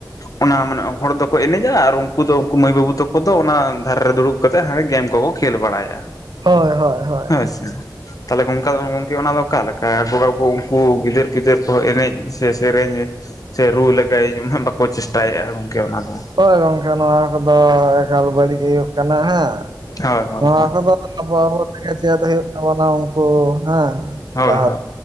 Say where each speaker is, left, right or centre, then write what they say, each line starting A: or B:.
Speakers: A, on the left; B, on the right.
A: ᱚᱱᱟ ᱢᱟᱱᱮ ᱦᱚᱲ ᱫᱚᱠᱚ ᱮᱱᱮᱡᱟ ᱟᱨ ᱩᱱᱠᱩ ᱫᱚ ᱩᱱᱠᱩ ᱢᱟᱹᱭ ᱵᱟᱹᱵᱩ ᱛᱟᱠᱚ ᱫᱚ ᱚᱱᱟ ᱫᱷᱟᱨᱮ ᱨᱮ ᱫᱩᱲᱩᱵ ᱠᱟᱛᱮᱫ ᱦᱟᱸᱰᱮ ᱜᱮᱢ ᱠᱚᱠᱚ ᱠᱷᱮᱞ ᱵᱟᱲᱟᱭᱟ
B: ᱦᱳᱭ ᱦᱳᱭ ᱦᱳᱭ
A: ᱦᱮᱸ ᱥᱮ᱾ ᱛᱟᱦᱚᱞᱮ <unintelligible> ᱜᱚᱝᱠᱮ ᱚᱱᱟ ᱫᱚ ᱚᱠᱟ ᱞᱮᱠᱟ ᱵᱚᱸᱜᱟᱼᱼ ᱠᱩ ᱩᱱᱠᱩ ᱜᱤᱫᱟᱹᱨ ᱯᱤᱫᱟᱹᱨ ᱠᱚ ᱮᱱᱮᱡ ᱥᱮ ᱥᱮᱨᱮᱧ ᱥᱮ ᱨᱩ ᱞᱮᱜᱟᱭᱟᱹᱧ ᱚᱱᱟ ᱵᱟᱠᱚ ᱠᱚ ᱪᱮᱥᱴᱟ ᱭᱮᱫᱟ ᱜᱚᱝᱠᱮ ᱚᱱᱟ ᱫᱚ
B: ᱦᱳᱭ ᱜᱚᱝᱠᱮ ᱱᱚᱣᱟ ᱠᱚᱫᱚ ᱮᱠᱟᱞ ᱵᱟᱹᱲᱤᱡ ᱦᱩᱭᱩᱜ ᱠᱟᱱᱟ ᱦᱮᱸ
A: ᱦᱳᱭ ᱦᱳᱭ
B: ᱱᱚᱣᱟ
A: ᱦᱳᱭ
B: ᱠᱚᱫᱚ ᱟᱵᱚ ᱟᱵᱚ <inaudible> ᱪᱮᱫ ᱦᱩᱭᱩᱜ ᱛᱟᱵᱚᱱᱟ ᱩᱱᱠᱩ ᱦᱮᱸ
A: ᱦᱳᱭ
B: ᱞᱟᱦᱟ
A: ᱦᱳᱭ